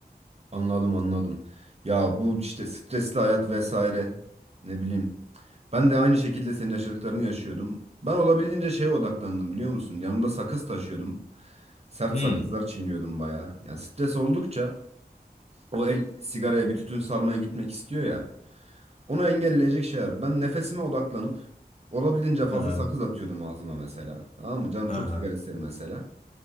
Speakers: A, on the right; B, on the left.
A: Anladım anladım. Ya bu işte stresli hayat vesaire ne bileyim. Ben de aynı şekilde senin yaşadıklarını yaşıyordum. Ben olabildiğince şeye odaklandım biliyor musun? Yanımda sakız taşıyordum. Sert
B: Hmm.
A: sakızlar çiğniyordum bayağı. Yani stres oldukça o el sigaraya bir tütün sarmaya gitmek istiyor ya. Onu engelleyecek şeyler. Ben nefesime odaklanıp olabildiğince fazla
B: Hı hı
A: sakız atıyordum ağzıma mesela. Tamam mı? Canım
B: hı
A: çok
B: hı.
A: sigara istedi mesela.